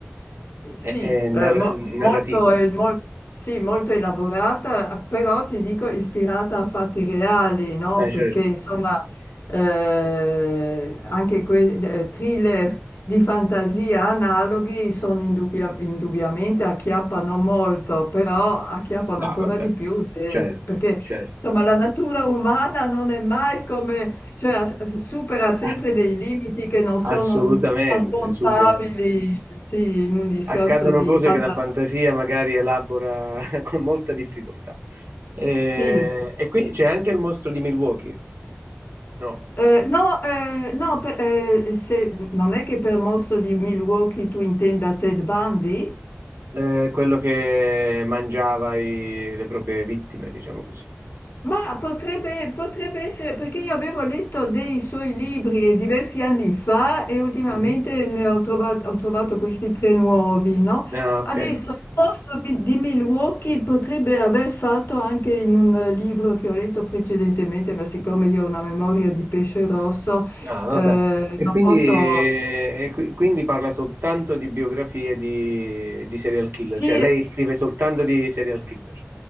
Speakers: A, on the left; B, on the right.
A: Eh, Sì,
B: e- e
A: eh,
B: nar-
A: mo- molto,
B: narrativa.
A: eh, mol- sì, molto elaborata, però ti dico ispirata a fatti reali, no?
B: Beh,
A: Perché
B: certo,
A: insomma eh, anche quei eh, thrillers di fantasia analoghi sono indubbia- indubbiamente acchiappano molto, però acchiappano
B: no,
A: ancora
B: vabbè,
A: di più se-
B: certo,
A: perché
B: certo.
A: insomma la natura umana non è mai come cioè, as- supera
B: <laughs>
A: sempre dei limiti che non sono
B: Assolutamente,
A: affrontabili,
B: super.
A: sì, in un discorso
B: Accadono
A: di
B: cose
A: fantasia.
B: che la fantasia magari elabora <laughs> con molta difficoltà. Eh,
A: Sì.
B: E, quindi c'è anche il mostro di Milwaukee, no?
A: Eh, no, eh, no, per- eh, se- non è che per mostro di Milwaukee tu intenda Ted Bundy?
B: È quello che mangiava i- le proprie vittime, diciamo così.
A: Ma potrebbe, potrebbe essere perché io avevo letto dei suoi libri diversi anni fa e ultimamente
B: Mhm.
A: ne ho trovato, ho trovato questi tre nuovi, no?
B: Ah, ok.
A: Adesso il posto bi- di Milwaukee potrebbe aver fatto anche in un eh, libro che ho letto precedentemente, ma siccome io ho una memoria di pesce rosso,
B: Ah, vabbè.
A: eh,
B: E
A: non
B: quindi,
A: posso...
B: e qui- quindi parla soltanto di biografie di, di serial killer,
A: Sì,
B: cioè lei scrive soltanto di serial killer.